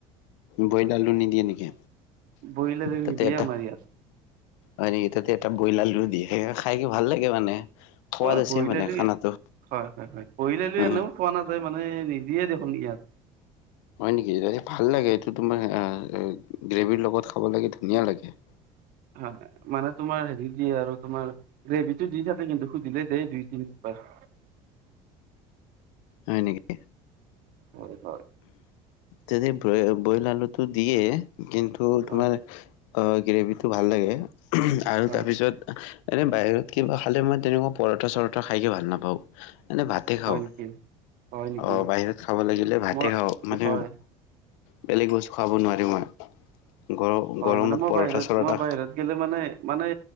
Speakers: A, on the left; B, on the right.
A: বৈ আলু নিদিয়ে নেকি।
B: বইল আলু
A: তাতেএটা
B: নিদিয়ে আমাৰ ইয়াত
A: আঁ তাতে এটা। বইল আলু দিয়ে সেই খাই কে ভাল লাগে মানে। সোৱাদ
B: অঁ
A: আছে
B: বয়ল
A: মানে
B: আলু
A: খানাটো
B: হয়, হয়, হয় বয় এল আলু
A: উম
B: এনেওঁ পোৱা নাযায় ম। মানে নিদিয়ে দেখোন ইয়াত।
A: হয় নেকি! ভাল লাগে এইটো তোমাৰ গ্ৰেভীৰ লগত খাব লাগে ধুনীয়া লাগে।
B: হয়, হয় মানে তোমাৰ হেৰি দিয়ে আৰু তোমাৰ গ্ৰেভিটো দি থাকে কিন্তু সুধিলে দেই দুই তিনিবাৰ। <inaudible>
A: হয় নেকি।
B: হয়-হয়।
A: যদি ব-বইল আলুটো দিয়ে কিন্তু
B: হয়
A: তোমাৰ আহ গ্ৰেভিটো ভাল লাগে। আৰু
B: হয়
A: তাৰপিছত এনেই বাহিৰত কিবা খালে মই তেনেকুৱা পৰঠা-চৰঠা খাইকে ভাল নাপাওঁ। এনে ভাতে খাওঁ।
B: হয় নেকি হয় নেকি
A: অঁ বাহিৰত খাব লাগিলে ভাত
B: মই
A: তে খাওঁ মানে
B: হয়
A: বেলেগ বস্তু খাব নোৱাৰো মই। গৰ
B: হয়
A: গৰমত
B: মানে মই
A: পৰঠা
B: বাহিৰত,
A: চৰঠা
B: মই বাহিৰত গলে মানে-মানে